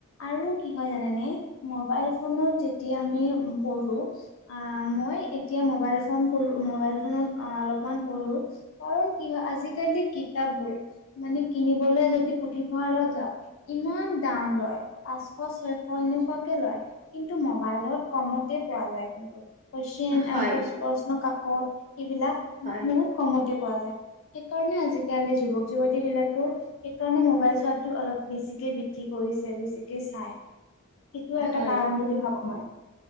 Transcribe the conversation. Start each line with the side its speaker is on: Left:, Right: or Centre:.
Left: আৰু কি হয় জানানে? মোবাইল ফোনত যেতিয়া আমি পঢ়ো আ <inaudible> মই এতিয়া মোবাইল ফোন পঢ়ো, মোবাইল ফোনত অ-অলপ <unintelligible> পঢ়োঁ, কাৰণ কি হয় আজি কালি কিতপবোৰ মানে কিনিবলৈ যদি পুথি <unintelligible> যাওঁ ইমান দাম লয়, পাঁচশ ছয়শ হেনেকোৱাকে লয়। কিন্তু মবাইল লত কমতে পোৱা যায় কিন্তু। কোৱেইছন,
Right: হয়
Left: অ' প্ৰ-প্ৰশ্নকাকত এইবিলাক
Right: হয়,
Left: বহুত কমতে পোৱা যায়। সেইকাৰণে আজিকালি যুৱক যুৱতীবিলাকো, সেইকাৰণে মোবাইল চোৱাতো অলপ বেছিকে বৃদ্ধি কৰ বেছিকে চাই সেইটোও এটা
Right: হয়,
Left: কাৰণ বুলি ভাবো মই